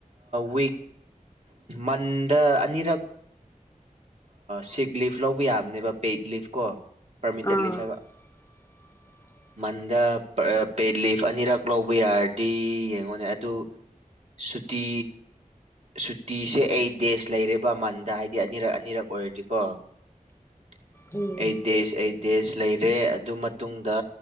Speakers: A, on the right (about 50°); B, on the left (about 15°).
A: ꯋꯤꯛ ꯃꯟꯗ ꯑꯅꯤꯔꯛ ꯁꯤꯛ ꯂꯤꯐ ꯂꯧꯕ ꯌꯥꯕꯅꯦꯕ ꯄꯦꯗ ꯂꯤꯐ ꯀꯣ ꯄꯔꯃꯤꯇꯦꯠ
B: ꯑꯥ
A: ꯂꯤꯐ ꯍꯥꯏꯕ
B: <inaudible>
A: ꯃꯟꯗ ꯄꯦꯠ ꯂꯤꯐ ꯑꯅꯤꯔꯛ ꯂꯧꯕ ꯌꯥꯔꯗꯤ ꯌꯦꯡꯉꯣꯅꯦ ꯑꯗꯨ ꯁꯨꯇꯤ ꯁꯨꯇꯤꯁꯦ ꯑꯩꯠ ꯗꯦꯖ ꯂꯩꯔꯦꯕ ꯃꯟꯗ ꯍꯥꯏꯗꯤ ꯑꯅꯤꯔꯛ ꯑꯅꯤꯔꯛ ꯑꯣꯏꯔꯗꯤꯀꯣ ꯎꯝꯆ
B: um
A: eight days eight days ꯂꯩꯔꯦ ꯑꯗꯨ ꯃꯇꯨꯡꯗ